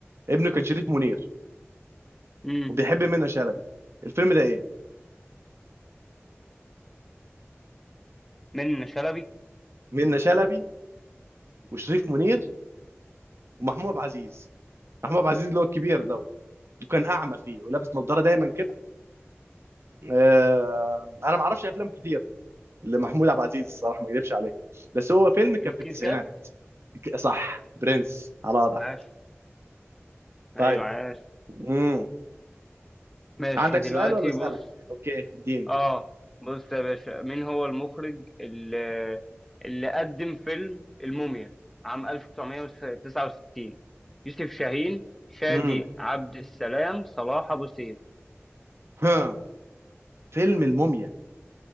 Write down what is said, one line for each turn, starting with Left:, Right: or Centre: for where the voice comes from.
Right: ابنه كان شريف منير
Centre: امم
Right: وبيحب منة شلبي الفيلم ده ايه
Centre: من شلبي
Right: منة شلبي وشريف منير ومحمود عبد العزيز محمود عبد العزيز اللي هو الكبير ده وكان اعمى فيه ولابس نظاره دايما كده آه انا ما اعرفش افلام كتير لمحمود عبد العزيز الصراحه ما اكذبش عليك بس هو فيلم كان
Centre: الكيت
Right: في التسعينات
Centre: كات
Right: ك- صح برنس على وضعك
Centre: عاش
Right: طيب
Centre: ايوه عاش
Right: امم
Centre: ماشي
Right: عندك
Centre: دلوقتي
Right: سؤال ولا اسالك
Centre: بص
Right: اوكي اديني
Centre: اه بص يا باشا مين هو المخرج اللي اللي قدم فيلم الموميا عام 1969 يوسف شاهين شادي
Right: امم
Centre: عبد السلام صلاح أبو سيف
Right: ها فيلم الموميا